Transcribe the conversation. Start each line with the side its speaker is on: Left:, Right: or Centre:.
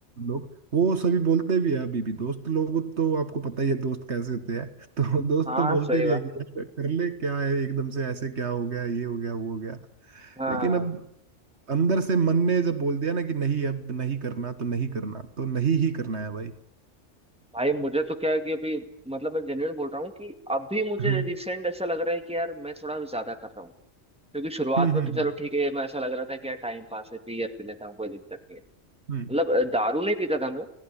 Right: लोग वो सभी बोलते भी है अभी भी दोस्त लोग तो आपको पता ही है दोस्त कैसे होते हैं <laughs> तो दोस्त
Centre: हाँ
Right: तो बोलते
Centre: सही
Right: भी
Centre: बात
Right: है कि
Centre: है
Right: यार कर ले क्या है एकदम से ऐसे क्या हो गया ये हो गया वो हो गया
Centre: हाँ
Right: लेकिन अब अंदर से मन ने जब बोल दिया ना कि नहीं अब नहीं करना तो नहीं करना तो नहीं ही करना है भाई
Centre: भाई मुझे तो क्या है कि अभी मतलब मैं जेन्युइन बोल रहा हूँ कि अभी मुझे
Right: हम्म
Centre: रिसेंट ऐसा लग रहा है कि यार मैं थोड़ा ज्यादा कर रहा हूँ क्योंकि शुरुआत
Right: हम्म
Centre: में तो चलो ठीक है मैं ऐसा लग रहा था कि यार टाइम पास है बियर पी लेता हूँ कोई दिक्कत नहीं है मतलब
Right: हम्म
Centre: अ, दारू नहीं पीता था मैं